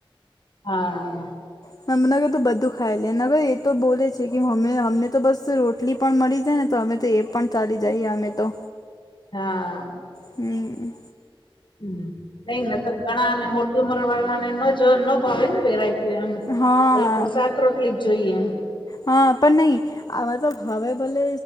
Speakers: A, on the left (about 60°); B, on the left (about 45°).
A: હા.
B: તમ ના કીધું બધું ખાઈ લે નકર એ તો બોલે છે કે મમ્મી અમને તો બસ રોટલી પણ મળી જાય ને તો અમે તો એ પણ ચાલી જઈએ અમે તો.
A: હા.
B: હમ.
A: હમ નઈ નહિતર ઘણાને મોટી ઉંમર વાળાને નજ ન ભાવેને વેરાઈ ટી એમ
B: હા
A: એ લોકોન શાક રોટલી જ જોઈએ એમ.
B: હા પન નહી હવે તો ભાવે ભલે